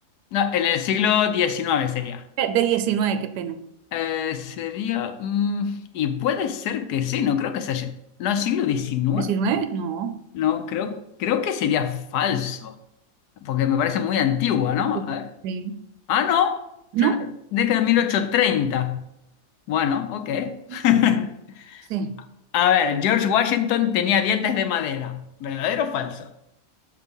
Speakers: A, on the left (about 80°); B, on the right (about 85°).
A: No, en el siglo diecinueve sería.
B: eh, de diecinueve qué pena.
A: Eh, sería. mm, y puede ser que sí, no creo que sea. No, siglo diecinueve,
B: diecinueve No.
A: No, creo, creo que sería falso. Porque me parece muy antigua, ¿no?
B: <laughs>
A: A ver.
B: Sí.
A: Ah, no,
B: ¿No?
A: ya- década de 1830. Bueno, ok. <laughs>
B: Mm, Sí.
A: A ver, George Washington tenía dientes de madera. ¿Verdadero o falso?